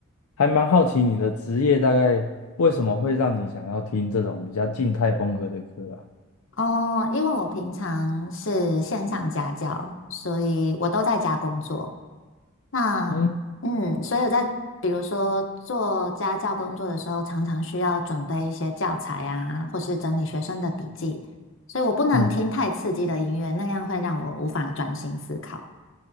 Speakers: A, on the left; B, on the left.
A: 还蛮好奇你的职业大概为什么会让你想要听这种比较静态风格的歌啊？
B: 哦，因为我平常是线上家教，所以我都在家工作。那嗯，
A: 嗯
B: 所以我在比如说做家教工作的时候，常常需要准备一些教材啊，或是整理学生的笔记，所以我不能听太刺激的音乐，
A: 嗯，
B: 那样会让我无法专心思考。